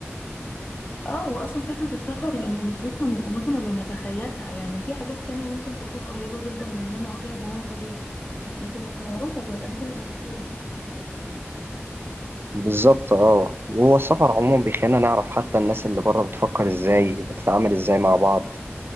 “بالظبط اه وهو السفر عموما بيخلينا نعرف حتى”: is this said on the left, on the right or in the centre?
Right